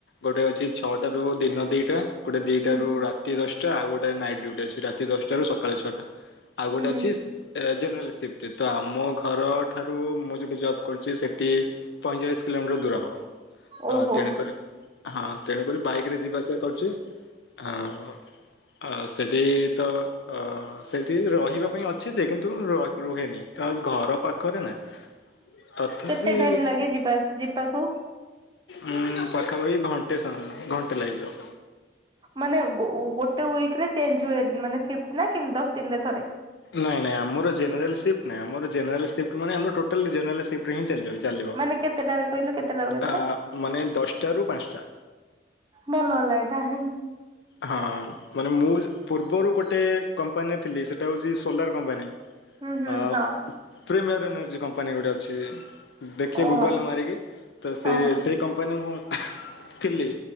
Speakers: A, on the left (about 75°); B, on the right (about 25°).
A: ଗୋଟେ ଅଛି ଛଅଟା ରୁ ଦିନ ଦିଟା। ଗୋଟେ ଦିଟାରୁ
B: ହୁଁ
A: ରାତି ଦଶଟା ଆଉ ଗୋଟେ ନାଇଟ୍ ଡ୍ୟୁଟି ଅଛି ରାତି ଦଶଟାରୁ ସକାଳ ଛଅଟା ଆଉ ଗୋଟେ
B: ହୁଁ ହୁଁ
A: ଏ ଜେନରାଲ ସିପ୍ଟି, ତ ଆମ ଘର ଠାରୁ ମୁଁ ଯୋଉଠି ଜବ୍ କରୁଛି ସେଟି ପଇଁଚାଳିଶ୍ କିଲୋମିଟର ଦୂର ହବ
B: ଓହୋ
A: ଆ ତେଣୁ କରେ। ହଁଅଁ ତେଣୁକରି ବାଇକରେ ଯିବା ଆସିଆ କରୁଚି। ଆଉ ଆ ସେଟି ତ ଅ ସେଠି ରହିବା ପାଇଁ ଅ ଛି ଯେ କିନ୍ତୁ ର ରୁହେନି, ତ ଆଉ ଘର ପାଖରେ ନା। ତଥାପି
B: କେତେ ଟାଇମ୍ ଲାଗେ ଯିବା ଆସ୍ ଯିବାକୁ?
A: ମୁଁଉଁ ପାଖାପାଖି ଘଣ୍ଟେ ସଅ ଘଣ୍ଟେ ଲାଗିଯିବ।
B: ମାନେ ଗୋ ଉ ଗୋଟେ ୱିକରେ ଚେଞ୍ଜ ହୁଏ, ମାନେ ସିପ୍ଟ ନା କିନ୍ ଦଶ ଦିନରେ ଥରେ।
A: ନାଇଁ ନାଇଁ ଆମର ଜେନେରାଲ ସିପ୍ଟ ନାଇଁ ଆମର ଜେରାଲ ସିପ୍ଟ ମାନେ ଆମର ଟୋଟାଲି ଜେରାଲ ସି ପ୍ଟ ହିଁ ଚାଲିବ ଚାଲିବ।
B: ମାନେ କେତେଟାରେ କହିଲେ କେତେଟାରୁ କେତେଟା
A: ଆ ମାନେ ଦଶଟାରୁ ପାଁସଟା।
B: ଭଲ ହେଲା ଏଇଟା ହେଇ।
A: ହଁଅ, ମାନେ ମୁଁଜ୍ ପୂର୍ବରୁ ଗୋଟେ କମ୍ପାନୀରେ ଥିଲି। ସେଟା ହୋଉଛି ସୋଲାର କମ୍ପାନୀ।
B: ହୁଁ
A: ଆ
B: ହଁ
A: ପ୍ରିମିଅର୍ ଏନର୍ଜି କମ୍ପାନୀ ଗୋଟେ ଅଛି। ଦେଖିଏ
B: ଓ
A: ଗୁଗଲରେ
B: ହଁ
A: ମାରିକି ତ ସେଇ
B: ହଁ
A: ସେଇ କମ୍ପାନୀରେ ମୁଁ ଥିଲି।